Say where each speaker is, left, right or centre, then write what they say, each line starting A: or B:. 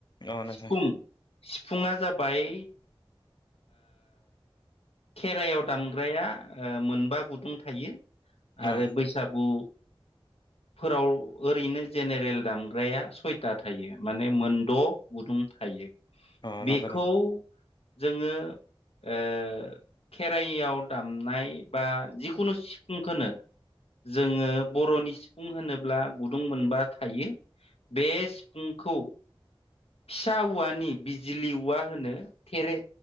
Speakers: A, on the left; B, on the left.
A: अ नंगौ
B: सिफुं सिफुङा जाबाय खेराइायाव दामग्राया मोनबा गुदुं थायो
A: अ
B: आरो बैसागु फोराव ओरैनो जेनेरेल दामग्राया सयथा थायो माने मोनद' गुदुं थायो
A: अ
B: बेखौ
A: नंग नथौ
B: जोङो ओ खेराइयाव दामनाय बा जिखुनु सिफुंखौनो जोङो बर'नि सिफुं होनोब्ला गुदुं मोनबा थायो बे सिफुंखौ फिसा औवानि बिजुलि औवा होनो थेरे